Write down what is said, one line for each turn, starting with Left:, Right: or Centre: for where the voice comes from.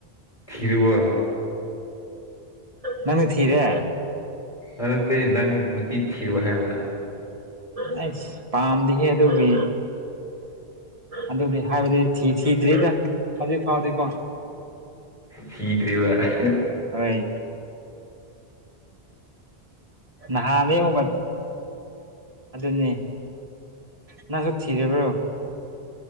Left: ꯊꯤꯔꯕ
Right: ꯅꯪꯗꯤ ꯊꯤꯔꯦ
Left: ꯑꯗꯨ ꯅꯠꯇꯦ ꯅꯪ ꯅꯨꯄꯤ ꯊꯤꯔꯕ ꯍꯥꯏꯕ
Right: ꯍꯩꯁ ꯄꯥꯝꯗꯤꯍꯦ ꯑꯗꯨꯒꯤ ꯑꯗꯨꯗꯤ ꯍꯥꯏꯕꯗꯤ ꯊꯤ ꯊꯤꯗ꯭ꯔꯤꯗ ꯍꯧꯖꯤꯛ ꯐꯥꯎꯗꯤꯀꯣ
Left: ꯊꯤꯗ꯭ꯔꯦꯕ <inaudible>
Right: ꯍꯣꯏ ꯅꯍꯥꯟꯗꯩ ꯑꯗꯨꯒ ꯑꯗꯨꯅꯦ ꯅꯪꯁꯨ ꯊꯤꯔꯕ꯭ꯔꯣ